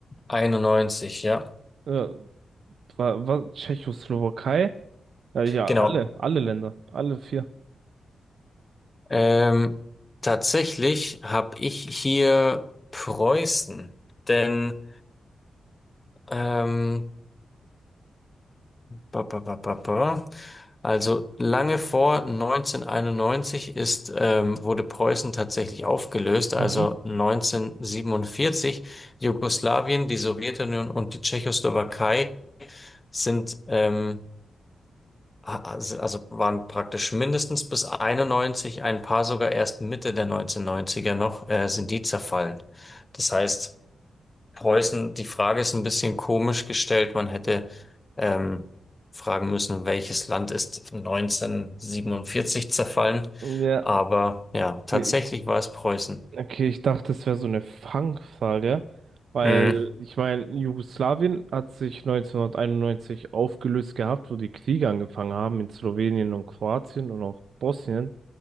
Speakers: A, on the left (about 20°); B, on the right (about 65°).
A: Einundneunzig, ja.
B: Äh, war, war Tschechoslowakei? Äh, ja,
A: Genau.
B: alle, alle Länder, alle vier.
A: Ähm, tatsächlich habe ich hier Preußen, denn ähm, ba, ba, ba, ba, ba. also lange vor 1991 ist, ähm, wurde Preußen tatsächlich aufgelöst, also
B: Mhm.
A: 1947 Jugoslawien, die Sowjetunion und die Tschechoslowakei sind, ähm, ha- also also waren praktisch mindestens bis 91, ein paar sogar erst Mitte der 1990er noch, äh, sind die zerfallen. Das heißt, Preußen, die Frage ist ein bisschen komisch gestellt. Man hätte ähm, fragen müssen, welches Land ist 1947 zerfallen?
B: Ja,
A: Aber ja, tatsächlich
B: ich,
A: war es Preußen.
B: okay, ich dachte, es wäre so eine Fangfrage, weil
A: Mhm.
B: ich meine, Jugoslawien hat sich 1991 aufgelöst gehabt, wo die Kriege angefangen haben in Slowenien und Kroatien und auch Bosnien.